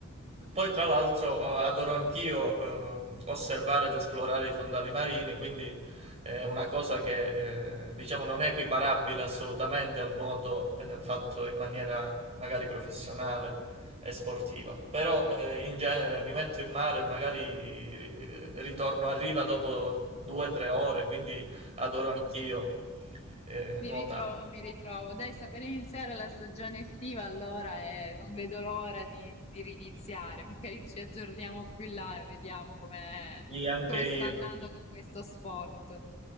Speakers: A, on the right; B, on the left.
A: poi, tra l'altro, eh, adoro anch'io ehm, osservare ed esplorare i fondali marini, quindi è una cosa che eh, diciamo non è equiparabile assolutamente al nuoto eh, fatto in maniera magari professionale e sportiva. Però eh, in genere mi metto in mare, e magari ri- ritorno a riva dopo due o tre ore, quindi adoro anch'io eh,
B: mi
A: nuotare.
B: ritrovo, mi ritrovo. Dai, sta per iniziare la stagione estiva allora e non vedo l'ora di, di riniziare, magari ci aggiorniamo più in là e vediamo come
A: Sì, anche
B: come
A: io.
B: sta andando con questo sport.